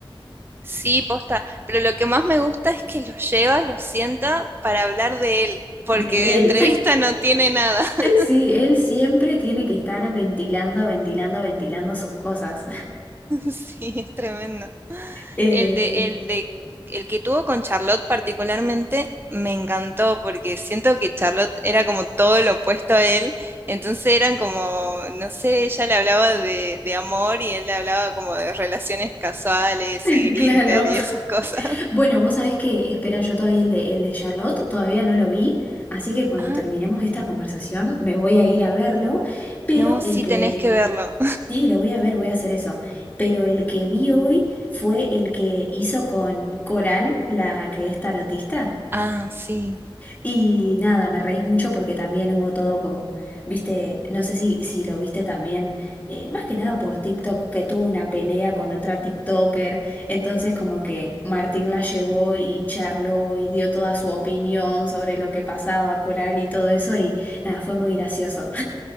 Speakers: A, on the right; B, on the left.
A: Sí, posta, pero lo que más me gusta es que lo lleva, lo sienta para hablar de él, porque
B: De
A: de entrevista
B: él. <laughs>
A: no tiene nada. <laughs>
B: Sí, él siempre tiene que estar ventilando, ventilando, ventilando sus cosas. <laughs>
A: Sí, es tremendo.
B: Eh,
A: El de, el de, el que tuvo con Charlotte particularmente me encantó, porque siento que Charlotte era como todo lo opuesto a él, entonces eran como, no sé, ella le hablaba de, de amor y él le hablaba como de relaciones casuales
B: <laughs>
A: y Grinder
B: claro.
A: y esas cosas.
B: Bueno, vos sabés que espera yo todavía el de, el de Charlotte, todavía no lo vi, así que cuando
A: Ah,
B: terminemos esta conversación me voy a ir a verlo, pero
A: no, sí
B: el que,
A: tenés que verlo.
B: sí, lo voy a ver, voy a hacer eso, pero el que vi hoy fue el que hizo con Coral, la que es tarotista.
A: Ah, sí.
B: Y nada, me reí mucho porque también hubo todo como, viste, no sé si, si lo viste también, eh, más que nada por TikTok, que tuvo una pelea con otra TikToker, entonces como que Martín la llevó y charló y dio toda su opinión sobre lo que pasaba, Coral y todo eso, y nada, fue muy gracioso.